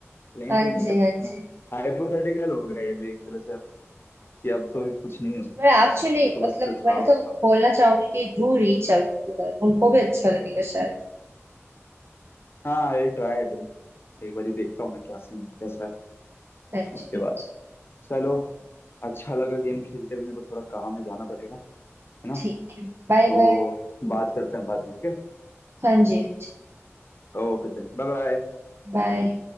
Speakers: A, on the left; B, on the right.
A: लेकिन
B: हाँ
A: फिर नहीं
B: जी
A: कर सकते
B: हाँ जी
A: ना हाइपोथेटिकल हो गया ये भी एक तरह से कि अब तो कुछ नहीं हो सकता
B: पर एक्चुअली
A: वो तो बस
B: मतलब
A: जो
B: मैं
A: था वो
B: तो
A: था
B: बोलना चाहूंगी कि do reach out to her उनको भी अच्छा लगेगा शायद
A: हाँ ये ट्राई दो एक बार ही देखता हूँ मैं क्या सीन है, कैसा है
B: हाँ
A: उसके
B: जी हाँ,
A: बाद चलो अच्छा लगा गेम खेल के भी मेरे को थोड़ा काम में जाना पड़ेगा है ना
B: ठीक है बाय
A: तो
B: बाय
A: बात करते हैं बाद में okay
B: हाँ जी हाँ जी
A: Okay then bye bye
B: बाय